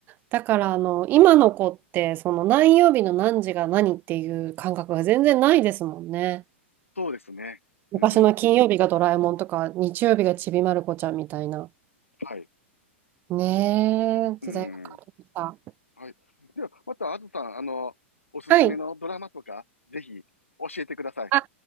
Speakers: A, on the right; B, on the left.
A: だからあの今の子ってその何曜日の何時が何っていう感覚が全然ないですもんね。
B: そうですね。
A: 昔の金曜日がドラえもんとか日曜日がちびまる子ちゃんみたいな。
B: うん。はい。
A: ねえ、
B: うんう
A: 時代が変わりました。
B: ん。はい。では、また、あずさん、あの、おすすめのドラマとか、
A: はい。
B: ぜひ、教えてください。
A: あ、